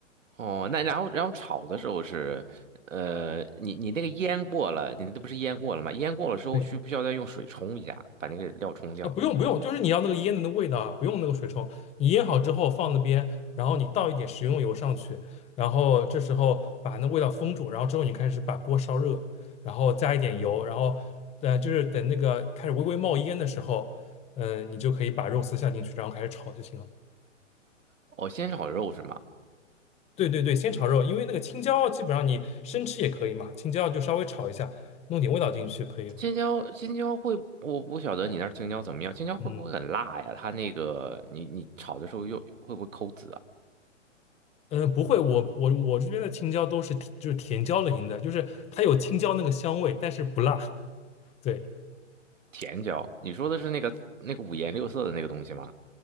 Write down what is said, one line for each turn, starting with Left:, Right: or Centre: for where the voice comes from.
Right: 哦，那然后然后炒的时候是，呃，你你那个腌过了，你那不是腌过了吗？腌过了之后需不需要再用水冲一下，
Left: 对。
Right: 把那个料冲掉？
Left: 啊不用不用，就是你要那个腌的那味道啊，不用那个水冲。你腌好之后放那边，然后你倒一点食用油上去，然后这时候把那味道封住，然后之后你开始把锅烧热，然后加一点油，然后呃就是等那个开始微微冒烟的时候，嗯，呃你就可以把肉丝下进去，然后开始炒就行了。
Right: 哦，先炒肉是吗？
Left: 对对对，先炒肉，因为那个青椒基本上你生吃也可以嘛，青椒就稍微炒一下，弄点味道进去就可以了。
Right: 青椒，青椒会，我不晓得你那儿青椒怎么样，青椒会不会很辣呀？
Left: 嗯。
Right: 它那个，你你炒的时候又会不会抠籽啊？
Left: 嗯，不会，我我我这边的青椒都是甜就是甜椒类型的，就是它有青椒那个香味，但是不辣。对，
Right: 甜椒，你说的是那个那个五颜六色的那个东西吗？